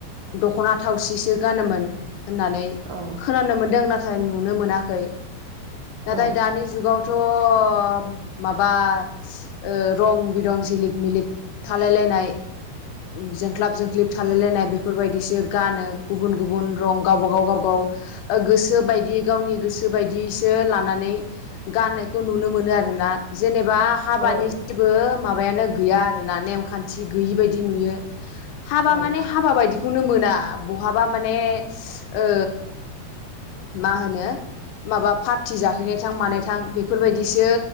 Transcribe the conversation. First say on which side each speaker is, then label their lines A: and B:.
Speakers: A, on the left (about 75°); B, on the right (about 80°).
A: दख'ना थावसिसो गानोमोन होननानै
B: औ
A: खोनानो मोन्दों नाथाय नुनो मोनाखै नाथाय
B: औ
A: दानि जुगावथ' माबा ओ रं बिरं जिलिक मिलिक थालायलायनाय जोंख्लाब जोंख्लिब थालायलायनाय बेफोरबायदिसो गानो गुबुन गुबुन रं गावबा गाव गावबा गाव गोसो बायदि गावनि गोसो बायदिसो ला नानै गाननायखौ नुनो मोनो आरो ना जेनेबा हाबानि
B: औ
A: बो माबायानो गैया आरोना नेमखान्थि गैयि बायदि नुयो हाबा
B: औ
A: माने हाबा बायदिखौनो मोना बहाबा माने ओ मा होनो माबा पार थि जाहैनाय थां मानायथां बेफोरबायदिसो